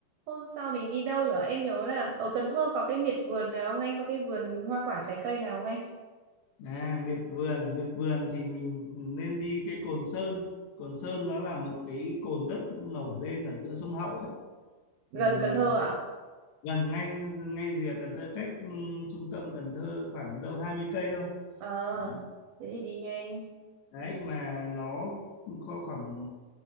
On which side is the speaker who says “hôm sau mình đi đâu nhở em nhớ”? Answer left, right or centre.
Right